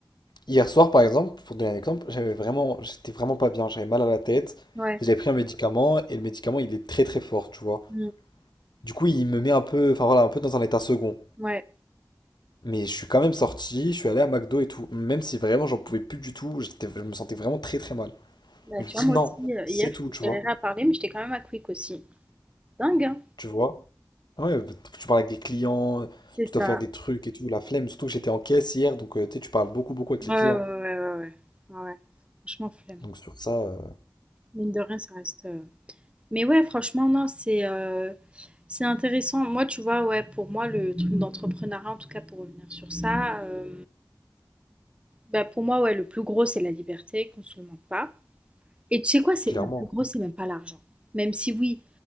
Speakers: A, on the left; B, on the right.
A: Hier soir, par exemple, pour donner un exemple, j'avais vraiment, j'étais vraiment pas bien, j'avais mal à la tête.
B: Ouais.
A: et J'avais pris un médicament et le médicament, il est très très fort, tu vois.
B: Mmh.
A: Du coup, il me met un peu, enfin voilà, un peu dans un état second.
B: Ouais.
A: Mais je suis quand même sorti, je suis allé à McDo et tout, même si vraiment j'en pouvais plus du tout, j'étais, je me sentais vraiment très très mal.
B: Bah,
A: Mais je
B: tu
A: me dis
B: vois, moi
A: non,
B: aussi, heu,
A: c'est
B: hier,
A: tout,
B: je
A: tu
B: galérais
A: vois.
B: à parler, mais j'étais quand même à Quick aussi. Dingue, hein?
A: Tu vois? Ah Ouais, bah, tu parles avec des clients,
B: C'est
A: tu
B: ça.
A: dois faire des trucs et tout, la flemme, surtout que j'étais en caisse hier, donc euh, tu sais, tu parles beaucoup beaucoup avec les
B: Ouais,
A: clients.
B: ouais, ouais, ouais, ouais, ouais. Ouais, ouais. Franchement, flemme.
A: Donc sur ça, euh,
B: Mine de rien, ça reste. euh, Mais ouais, franchement, non, c'est euh, c'est intéressant. Moi, tu vois, ouais, pour moi, le truc d'entrepreneuriat, en tout cas, pour revenir sur ça, euh, bah, pour moi, ouais, le plus gros, c'est la liberté, qu'on se le mente pas. Et tu sais quoi, c'est
A: clairement.
B: le plus gros, c'est même pas l'argent. Même si oui,